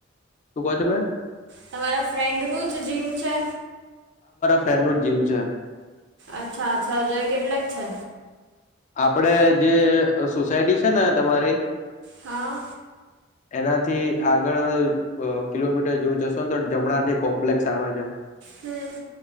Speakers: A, on the left (about 40°); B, on the right (about 65°).
A: શું કહો છો બેન
B: તમારા ફ્રેન્ડનું જ જીમ છે.
A: ફેનનું જ જીમ છે?
B: અચ્છા અચ્છા તો એ કેટલાક છે?
A: આપડે જે સોસાયટી છે ને તમારી?
B: હા.
A: એનાથી આગળ બ કિલોમીટર જેવું જશો ને તો જમણાથી કોમ્પલેસ આવે છે.
B: હમ્મ.